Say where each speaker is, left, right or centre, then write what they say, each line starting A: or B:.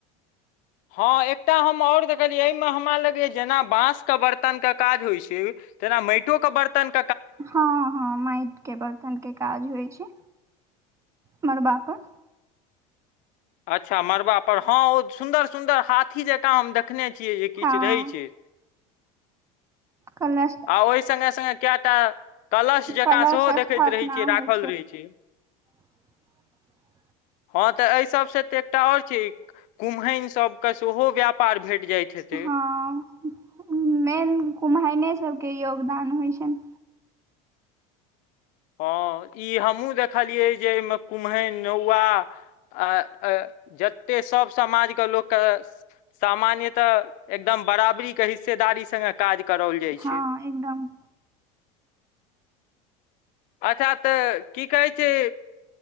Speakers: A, on the left; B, on the right.
A: हँ, एकटा हम आओर देखलियै, एहिमे हमरा लगैए जेना, बाँसके बरतनके काज होइत छै। तेना माटियो के बर्तन क
B: हँ, हँ, माटिके बर्तनके काज होइत छै। मरबा पर
A: अच्छा! मड़बा पर हँ, ओ सुन्दर -सुंन्दर हाथी जकाँ हम देख देखखने छियै जे, किछु
B: हँ
A: रहै छै।
B: कलश
A: आ ओहि सगे- सङ्गे कैटा कलश जकाँ
B: कलश
A: सेहो देखैत
B: स्थापना
A: रहै छियै,
B: होइ
A: राखल रहै छै।
B: <unintelligible>
A: हँ तऽ एहि सभसँ तऽ एकटा आओर छै। कुम्हन सभके सेहो व्यापार भेट जाइत हेतै
B: हँ, मेन घुमायने सब के योगदान होइ छनि।
A: हँ, ई हमहूँ देखलियै जे, एहिमे कुम्हैन, नौआ! आ, अय जते सब समाजके लोकके, सामान्यतः एकदम बराबरी के हिस्सेदारी संग काज कराओल जाइ
B: हँ,
A: छै
B: एकदम।
A: अच्छा तऽ, की कहै छै।